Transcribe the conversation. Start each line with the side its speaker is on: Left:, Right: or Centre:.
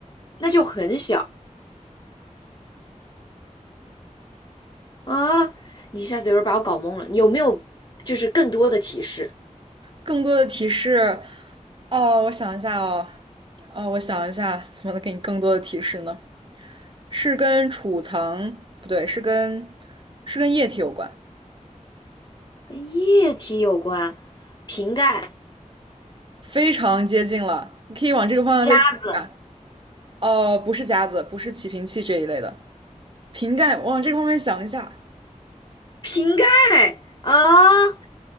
Left: 那就很小啊！你一下子有点把我搞懵了。有没有就是更多的提示？
Right: 更多的提示，哦，我想一下哦，哦，我想一下，怎么能给你更多的提示呢？是跟储藏，不对，是跟是跟液体有关，
Left: 跟液体有关，瓶盖、
Right: 非常接近了。你可以往这个方向再想一下。
Left: 夹子、
Right: 哦，不是夹子，不是起瓶器这一类的，瓶盖，往这个方面想一下，
Left: 瓶盖啊，